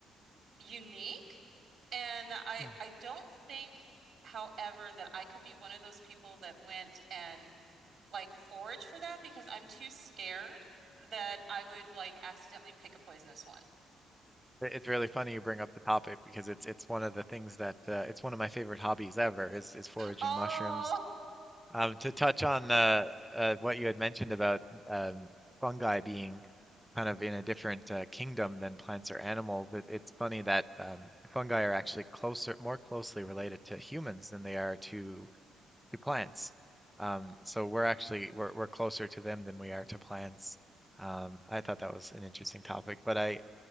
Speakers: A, on the right; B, in the centre.
A: unique. And I
B: Hmm.
A: I don't think, however, that I could be one of those people that went and like forage for them because I'm too scared that I would like accidentally pick a poisonous one.
B: It- It's really funny you bring up the topic because it's it's one of the things that uh, it's one of my favorite hobbies ever is is foraging
A: Oh,
B: mushrooms. Um, to touch on uh, uh, what you had mentioned about um, fungi being kind of in a different uh, kingdom than plants or animals, it, it's funny that um, fungi are actually closer, more closely related to humans than they are to to plants. Um, so we're actually we're we're closer to them than we are to plants. Um, I thought that was an interesting topic, but I